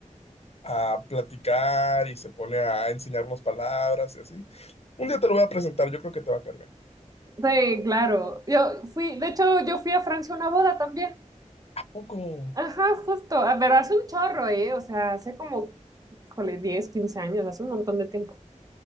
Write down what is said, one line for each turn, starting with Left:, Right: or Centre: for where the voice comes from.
Left: a platicar y se pone a enseñarnos palabras y así. Un día te lo voy a presentar, yo creo que te va a caer bien.
Right: Sí, claro. Yo fui, de hecho, yo fui a Francia a una boda también.
Left: ¿A poco?
Right: Ajá, justo. A ver, hace un chorro, ¿eh? O sea, hace como, híjole, 10 15 años, hace un montón de tiempo.